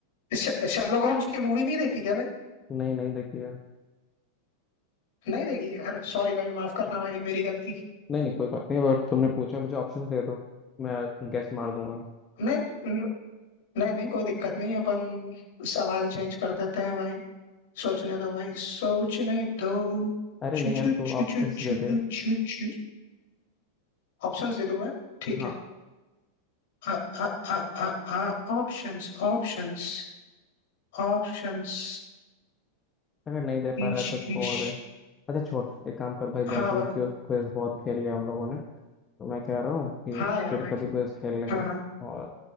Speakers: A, on the left (about 50°); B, on the left (about 20°).
A: श- शर्लॉक होम्स की मूवी नहीं देखी क्या भाई
B: नहीं नहीं देखिए
A: नहीं देखी यार सॉरी भाई माफ करना भाई मेरी गलती
B: नहीं नहीं कोई बात नहीं और तुमने पूछा मुझे ऑप्शन दे दो मैं गैस मार दूंगा
A: नहीं नहीं नहीं कोई दिक्कत नहीं अपन सवाल चेंज कर देते हैं भाई सोचने दो भाई सोचने दो
B: अरे
A: चू
B: नहीं यार
A: चू
B: तू
A: चू
B: ऑप्शंस
A: चू चू
B: दे दे
A: चू चू ऑप्शंस दे दूं मैं ठीक
B: हाँ
A: है आ आ आ आ आ ऑप्शंस ऑप्शंस ऑप्शंस
B: अगर नहीं दे पा
A: ईश
B: रहा है तो छोड़
A: ईश
B: दे अच्छा छोड़ एक काम कर भाई
A: हाँ
B: वैसे
A: भाई
B: भी क्विज क्विज बहुत खेल लिया हम लोगों ने तो मैं कह रहा हूँ कि
A: हाँ यार
B: फिर
A: भाई
B: कभी क्विज खेल लेंगे
A: हाँ हाँ
B: और